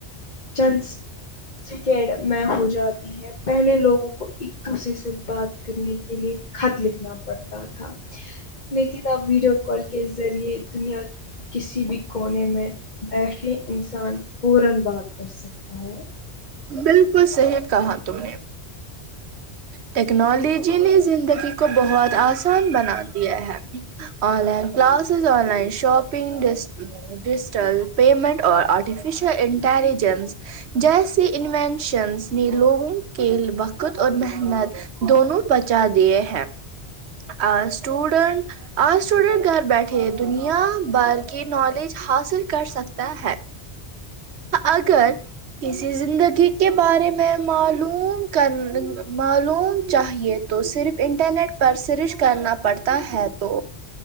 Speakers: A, on the left; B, on the right.
A: چندس سیکینڈ <unintelligible> میں ہو جاتی ہے پہلے لوگوں کو کو ایک دوسرے سے <unintelligible> بات کرنے کے لیے خط لکھنا پڑتا تھا لیکن اب <unintelligible> ویڈیو کال <unintelligible> کے ذریعے دنیا کی کسی بھی کونے میں بیٹھے انسان پورن باد <unintelligible> کر سکتا ہے <unintelligible>
B: بالکل صحت کہا تم نے <unintelligible> ٹیکنالوجی نے زندگی کو بہت آسان بنا دیا ہے online classes online shopping digital payment اور آرٹیفیشیل انٹیلیجنس جیسے انوینشنس نے لوگوں کے وقت <unintelligible> خود اور محنت دونوں بچا دیے ہیں آج اسٹوڈنٹ آج اسٹوڈینٹ گھر بیٹھے دنیا بھر کی نالج حاصل کر سکتا ہے اگر کسی زندگی کے بارے میں معلوم <unintelligible> معلوم چاہیے تو صرف انٹرنیٹ پر سرچ کرنا پڑتا ہے تو